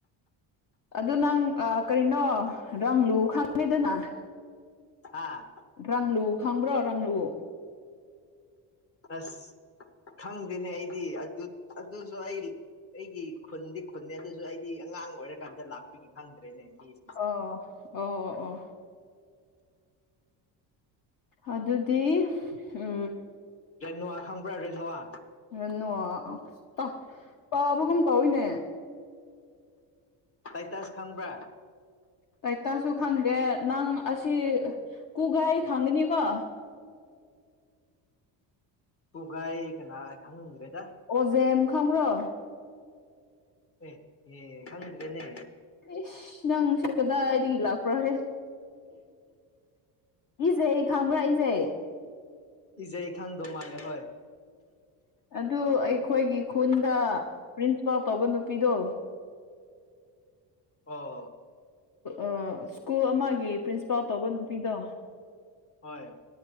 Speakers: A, on the left; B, on the left.
A: ꯑꯗꯨ ꯅꯪ ꯀꯔꯤꯅꯣ ꯔꯥꯡ ꯂꯨ ꯈꯪꯉꯤꯗꯅ <unintelligible>
B: ꯍꯥꯥ
A: ꯔꯪꯂꯨ ꯈꯪꯕ꯭ꯔꯣ ꯔꯪꯂꯨ
B: ꯑꯁ ꯈꯪꯗꯦꯅꯦ ꯑꯩꯗꯤ ꯑꯗꯨ ꯑꯗꯨꯁꯨ ꯑꯩ ꯑꯩꯒꯤ ꯈꯨꯟꯗꯤ ꯈꯨꯟꯅꯦ ꯑꯗꯨꯁꯨ ꯑꯩꯗꯤ ꯑꯉꯥꯡ ꯑꯣꯏꯔꯀꯥꯟꯗ ꯂꯥꯛꯄꯒꯤ ꯈꯪꯗ꯭ꯔꯦꯅꯦ ꯃꯤꯁꯦ
A: ꯑꯣ ꯑꯣ ꯑꯣ ꯑꯗꯨꯗꯤ ꯎꯝ
B: ꯔꯦꯅꯨꯋꯥ ꯈꯪꯕ꯭ꯔꯥ ꯔꯦꯅꯨꯋꯥ
A: ꯔꯦꯅꯣ ꯇ ꯄꯥꯕꯒꯨꯝ ꯇꯧꯏꯅꯦ
B: ꯇꯥꯏꯇꯁ ꯈꯪꯕ꯭ꯔꯥ
A: ꯇꯩꯏꯇꯥꯁꯁꯨ ꯈꯪꯗꯦ ꯅꯪ ꯑꯁꯤ ꯀꯨꯒꯥꯏ ꯈꯪꯒꯅꯤꯀꯣ
B: ꯀꯨꯒꯥꯏ ꯀꯅꯥ ꯈꯪꯗ꯭ꯔꯦꯗ
A: ꯑꯣꯖꯦꯝ ꯈꯪꯕꯔꯣ
B: ꯑꯦ ꯑꯦ ꯈꯪꯗꯔꯦꯅꯦ
A: ꯏꯁ ꯅꯪꯁꯦ ꯀꯗꯥꯏꯗꯒꯤ ꯂꯥꯛꯄ꯭ꯔꯥꯍꯦ ꯏꯖꯩ ꯈꯥꯡꯕ꯭ꯔꯥꯏꯖꯦ
B: ꯏꯖꯦ ꯈꯪꯗꯧ ꯃꯥꯜꯂꯦ ꯍꯣꯏ
A: ꯑꯗꯨ ꯑꯩꯈꯣꯏꯒꯤ ꯈꯨꯟꯗ ꯄ꯭ꯔꯤꯟꯁꯤꯄꯥꯜ ꯇꯧꯕ ꯅꯨꯄꯤꯗꯣ
B: ꯑꯣ
A: ꯑ ꯁ꯭ꯀꯨꯜ ꯑꯃꯒꯤ ꯄ꯭ꯔꯤꯟꯁꯤꯄꯥꯜ ꯇꯧꯕ ꯅꯨꯄꯤꯗꯣ
B: ꯍꯣꯏ